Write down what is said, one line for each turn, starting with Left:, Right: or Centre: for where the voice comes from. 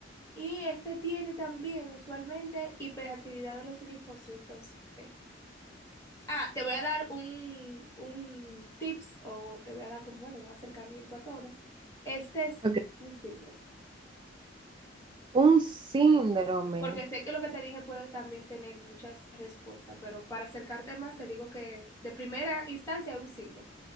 Left: y este tiene también usualmente hiperactividad de los linfocitos. T. Ah, te voy a dar un, un tips o te voy a dar como, bueno, un acercamiento a todo. Este es
Right: ok.
Left: un síndrome,
Right: Un síndrome.
Left: porque sé que lo que te dije puede también tener muchas respuestas, pero para acercarte más te digo que de primera instancia es un síndrome.